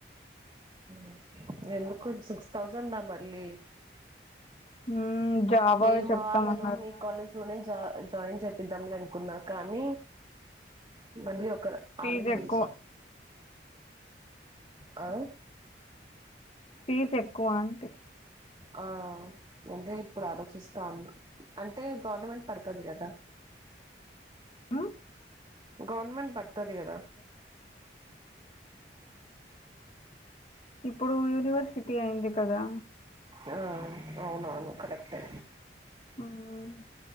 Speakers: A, on the right; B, on the left.
A: ఉ ఎందుకు సిక్స్ థౌసండా మళ్ళీ
B: మ్మ్, జావావే
A: నేను
B: చెప్తామన్నారు
A: మా వాళ్ళను మీక్ కాలేజ్ లోనే జా జాయిన్ చేపిద్దాంలే అనుకున్నా కానీ మళ్ళీ ఒక
B: ఫీజు
A: ఆలోచించ
B: ఎక్కువ
A: ఆ
B: ఫీజ్ ఎక్కువ అంటే
A: ఆ ముందే ఇప్పుడు ఆలోచిస్తా ఉన్న అంటే గవర్నమెంట్ పడతది గదా
B: మ్మ్?
A: గవర్నమెంట్ పడతది గదా
B: <inaudible> ఇప్పుడు యూనివర్సిటీ అయింది కదా
A: ఆ అవునవును కరెక్టే
B: మ్మ్.